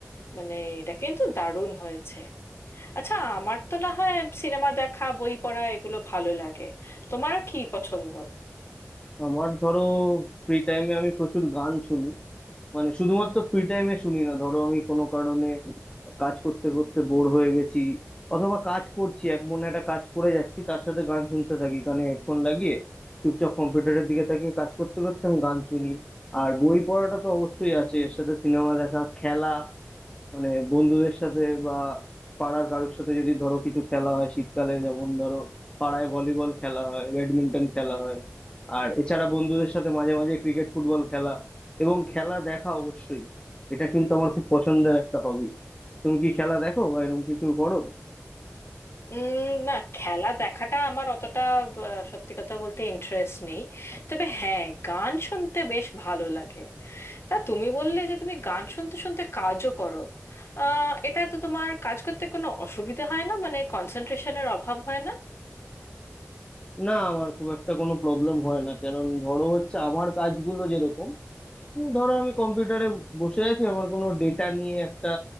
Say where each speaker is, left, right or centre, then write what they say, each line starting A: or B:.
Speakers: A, on the left (about 55°); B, on the left (about 20°).
A: মানে এটা কিন্তু দারুণ হয়েছে আচ্ছা আমার তো না হয় সিনেমা দেখা বই পড়া এগুলো ভালো লাগে তোমার কি পছন্দ
B: আমার ধরো ফ্রি টাইমে আমি প্রচুর গান শুনি মানে শুধুমাত্র ফ্রি টাইমে শুনি না ধরো আমি কোনো কারণে কাজ করতে করতে বোর হয়ে গেছি অথবা কাজ করছি এক মনে একটা কাজ করে যাচ্ছি তার সাথে গান শুনতে থাকি কানে হেডফোন লাগিয়ে চুপচাপ কম্পিউটারের দিকে তাকিয়ে কাজ করতে করতে আমি গান শুনি আর বই পড়াটা তো অবশ্যই আছে এর সাথে সিনেমা দেখা খেলা মানে বন্ধুদের সাথে বা পাড়ার কারোর সাথে যদি ধরো কিছু খেলা হয় শীতকালে যেমন ধরো পাড়ায় ভলিবল খেলা হয় ব্যাডমিন্টন খেলা হয় আর এছাড়া বন্ধুদের সাথে মাঝে মাঝে ক্রিকেট ফুটবল খেলা এবং খেলা দেখা অবশ্যই এটা কিন্তু আমার খুব পছন্দের একটা হবি তুমি কি খেলা দেখো বা এরকম কিছু করো
A: উম না খেলা দেখাটা আমার অতটা আহ, সত্যি কথা বলতে ইন্টারেস্ট নেই তবে হ্যাঁ গান শুনতে বেশ ভালো লাগে তা তুমি বললে যে তুমি গান শুনতে শুনতে কাজও করো আহ এটা তো তোমার কাজ করতে কোনো অসুবিধা হয় না মানে কনসেন্ট্রেশনের অভাব হয় না
B: না আমার খুব একটা কোনো প্রবলেম হয় না কারণ ধরো হচ্ছে আমার কাজগুলো যেরকম ধরো আমি কম্পিউটারে বসে আছি আমার কোনো ডেটা নিয়ে একটা